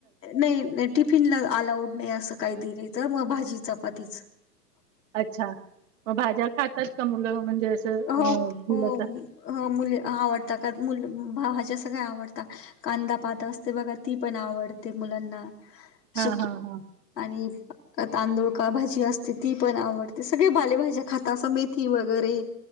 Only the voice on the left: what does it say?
नाहीं नाहीं टिफिनला अलांऊड नाहीं असं कांहीं दिलेलं मंग भांजी चपांतीचं
हो
हो
मुलं आवडतं कां मुलं भाज्यां सगळ्यां आवडतांत कांदा पांत असते बघां ती पणं आवडते मुलांना
सुकी
आणि तांदूळ का भांजी असते ती पणं आवडते सगळें बालेभाज्यां खातं असं मेथी वगैरें